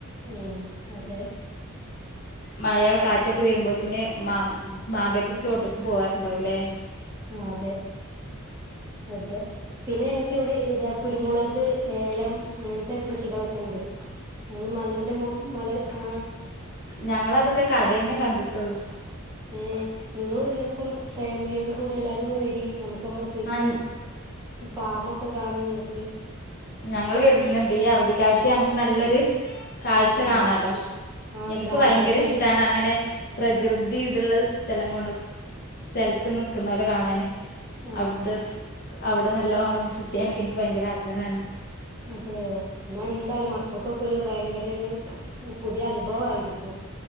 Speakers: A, on the right; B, on the left.
A: ഉം അതെ
B: മഴ കാറ്റൊക്കെ വരുമ്പോത്തന് മാം
A: ഉം
B: മാമ്പഴത്തിന്റെ ചോട്ടേക്ക് പോവാലുണ്ടാവല്ലേ
A: ആ അതെ അതെ പിന്നെ ഞങ്ങക്ക് ഇവിടെ ഇതാ കുരുമുളക് ഏലം അങ്ങനത്തെ കൃഷികളൊക്കെ ഉണ്ട് ഞങ്ങള് മലന്റെ മല ആ
B: ഞങ്ങള അതൊക്കെ കടേന്നേ കണ്ടിട്ടൊള്ളു
A: ഏർ നിങ്ങൾ ഒരു ദിവസം ഫാമിലിയോട് കൂടി എല്ലാരും വരി നമുക്ക് നമ്മള കൃഷിയും
B: ആ
A: ഫാമ ഒക്കെ കാണാം നിങ്ങക്ക്
B: ഞങ്ങള്ൾ വരുന്നുണ്ട് ഈ അവധിക്കാലത്ത് ഞങ്ങക്ക് നല്ലൊരു കാഴ്ച
A: ആഹ്
B: കാണാലോ
A: ആഹ്
B: എനിക്ക്
A: ഗ്രാമപ്രദേശത്ത്
B: ഭയങ്കര ഇഷ്ടമാണ് അങ്ങനെ പ്രകൃതി ഇതുള്ള സ്ഥലം കൊണ്ട് സ്ഥലത്ത് നിക്കുന്ന പോലെ കാണാന്
A: ഏഹ്
B: അവിടുത്തെ അവിടെ നല്ലോഓണം അനക്ക് എനിക്ക് ഭയങ്കര ആഗ്രഹമാണ്
A: അതെയോ എന്നാ എന്തായാലും മക്കൾക്കൊക്കെ ഒരു ഭയങ്കര ഒരു പുതിയ അനുഭവയിരിക്കും